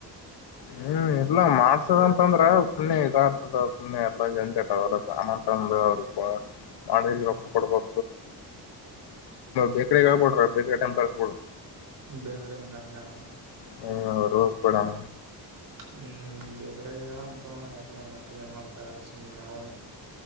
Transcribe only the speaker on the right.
ಹ್ಮ್
ಬೇಗ್ರಿಂದ ಅಂದಳ
ಹ್ಮ್ ಬೇೇಕ್ರಾಗ ಹೇಳಂ ತಣ ಎಲ್ಲ ಮತ್ತ ಏನ್ ಮಾಡ್ತಾರ ಸ್ ನಾವ